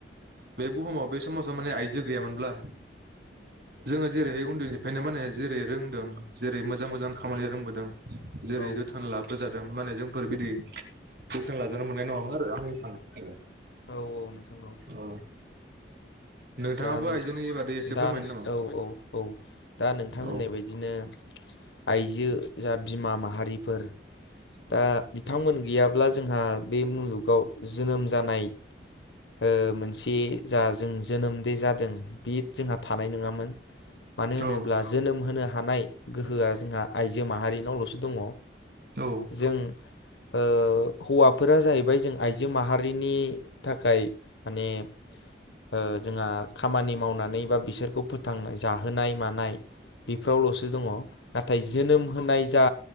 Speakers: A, on the right (about 55°); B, on the left (about 80°).
A: बे बुहुमाव बे समाजाव माने आइजो गैयामोनब्ला जोङो जेरैहाय उन्दै बेंखायनो माने जेरै रोंदों जेरै मोजां मोजां खामानि रोंबोदों जेरै
B: औ
A: जोथोन लाबो जा दों माने जोंफोर बिदि जोथोन लाजानो मोननाय नङामोन आरो आंनि साननाय मथेबा।
B: औ नोंथां
A: औ नोंथाङाबो
B: दा नोंथां
A: आइजोनि बादै एसे फोरमायनो
B: दा
A: नामा
B: औ औ औ दा नोंथां
A: औ
B: होननाय बायदिनो आइजो जा बिमा माहारिफोर दा बिथांमोन गैयाब्ला जोंहा बे मुलुगाव जोनोम जानाय ओ मोनसे जा जों जोनोम दे जादों बे जोंहा थानाय नङामोन मानो होनोब्ला
A: औ
B: जोनोम होनो हानाय गोहोआ जोंहा आइजो माहारिनावल'सो दङ।
A: औ
B: जों ओ हौवाफोरा जाहैबाय जों आइजो माहारिनि थाखाय माने ओ जोंहा खामानि मावनानै बा बिसोरखौ फोथां जाहोनाय मानाय बेफोरावल'सो दङ नाथाय जोनोम होनाय जा